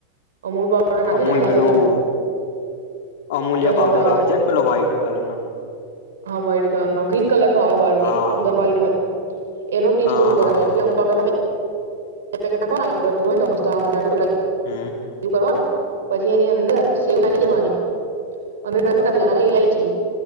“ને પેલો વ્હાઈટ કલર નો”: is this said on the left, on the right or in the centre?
Left